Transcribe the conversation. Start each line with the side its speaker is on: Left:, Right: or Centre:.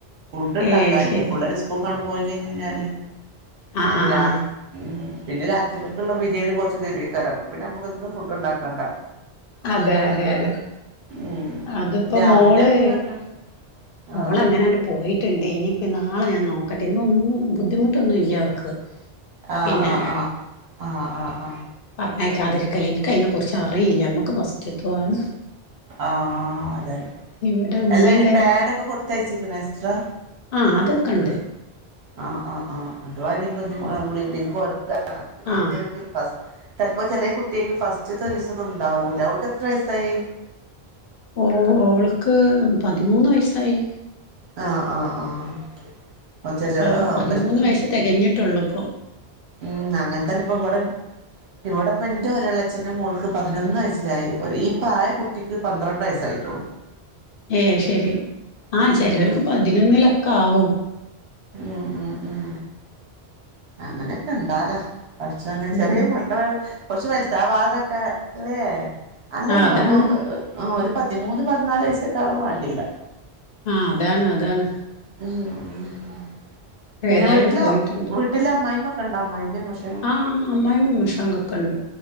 Right: ഫുഡ്ഡ്ണ്ടാക്കാല്ല.
Left: ഏ അത് ശരി
Right: പിള്ളേര് സ്കൂൾക്കണ്ട് പോയി കയ്ഞ്ഞയ്ഞ്ഞാല്.
Left: ആ
Right: ഏ
Left: ആ
Right: രാത്
Left: ആ.
Right: ഉം പിന്നെ രാത്രിക്കക്ക്ള്ള ബിരിയാണി കൊർച്ച് തെരോയ്ക്കാരപ്പം. പിന്നമ്മക്ക് ഒന്നും ഫുഡ്ഡ്ണ്ടാക്കണ്ട.
Left: അതെ അതെ അതെ
Right: ഉം
Left: അത്പ്പ
Right: രാവിലെക്കുള്ളൊക്കെ
Left: മോള് മോളെങ്ങനാണ്ട്
Right: ആഹ്
Left: പോയിട്ട്ണ്ട് ഇനിയിപ്പോ നാളെ ഞാൻ നോക്കട്ടെ ഇന്നൊന്നും ബുദ്ധിമുട്ടൊന്നും ഇല്യ അവക്ക്.
Right: ആഹ്
Left: പിന്നെ
Right: അ അ ആഹ് അ അ.
Left: പർഞ്ഞേക്കാതിര്ക്കല് ഇൻക്കയ്നെക്കുറിച്ചറീല്ല, അമ്മക്ക് ഫസ്റ്റ്ത്തും ആണ്.
Right: ആഹ് അതന്നെ
Left: ഇവിടെ ഉമ്മയും
Right: എല്ലാ ഈ പാഡൊക്കെ കൊടുത്തയച്ചിരിക്ക്ണോ എക്സ്ട്രാ.
Left: ആഹ് അതൊക്കണ്ട്.
Right: ആഹ് ആഹ് ആഹ് അഥവാ ന്നിപ്പൊ ജ്ജ് ബ്ലീഡിങ് പോവരുത് <unintelligible>
Left: ആ
Right: സ്റ്റിൽ ഫസ് ചെലപ്പോ ചെലെ കുട്ട്യേക്ക് ഫസ്റ്റ്ത്ത ഒരിസൊന്നുണ്ടാവൂല്ല ഓൾക്കെത്ര വയസ്സായി?
Left: ഓ ഓൾക്ക് പതിമൂന്ന് വയസ്സായി.
Right: ആഹ് ആഹ് ആഹ്. അപ്പൊ ചെല
Left: പ
Right: ആഹ്
Left: പതിമൂന്ന്
Right: ഇവർക്ക്
Left: വയസ്സ് തെകഞ്ഞി ട്ടൊള്ളുപ്പൊ.
Right: ഉം അങ്ങൻതന്നെപ്പൊ വടെ ഇവടെപ്പൊന്റൊരളച്ഛൻ്റെ മോൾക്ക് പതിനൊന്ന് വയസ്സിലായി. ഈ ഇപ്പായ കുട്ടിക്ക് പന്ത്രണ്ട് വയസ്സായിട്ടുള്ളു.
Left: ഏ ശരി
Right: ഉം
Left: ആഹ് ചെലോൽക്ക് പതിനൊന്നിലൊക്കാവും.
Right: ഉം ഉം ഉം. അങ്ങനെക്കെ ഇണ്ടാലോ പട്ച്ചോനെ
Left: ഉം
Right: ചെറ്യേ മക്കള് കൊർച്ച് വൽതാവാതൊക്കെ ല്ലേ അന്നൊന്നും
Left: ആ അതാണ്
Right: കൊട്ന്നൊന്ന്. ആ ഒരു പതിമൂന്ന് പതിനാല് വയസ്സൊക്കാലും വാണ്ടീല.
Left: ആ അതാണ് അതാണ്.
Right: ഉം ഉം ഉം പിന്നെ
Left: ഏതായാലും
Right: വീട്ടില
Left: പോയിട്ടുണ്ട്
Right: വീട്ടില അമ്മായിമ്മക്കെ ഇണ്ടോ അമ്മായിമ്മിം അമ്മോഷ
Left: ആ അമ്മായിമ്മിം അമ്മോഷനൊക്കെ ഇണ്ട്